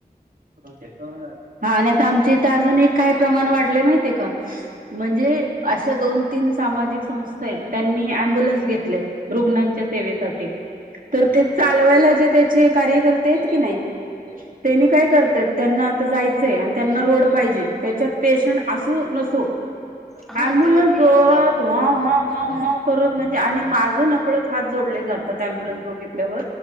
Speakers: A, on the right (about 60°); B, in the centre.
A: हा आणि आता आमचे इथ अजून एक काही प्रमाण वाढले माहितीये का? म्हणजे अशा दोन तीन सामाजिक संस्था आहेत. त्यांनी अम्बुलन्स घेतलेत. रुग्णांच्या सेवेसाठी तर ते चालवायला जे ते चे कार्य करते आहेत की नाहीत त्यांनी काय? त त्यांना आता जायचंय आणि त्यांना रोड पाहिजे त्याच्यात पेशंट असो नसो.
B: हा
A: एम्बुलेनस
B: ते वरती
A: जोरात
B: लावतात
A: <unintelligible> <unintelligible> करत म्हणजे आणि माझ नकळत हात जोडले जातात त्या ॲम्बुलन्स बघितल्यावर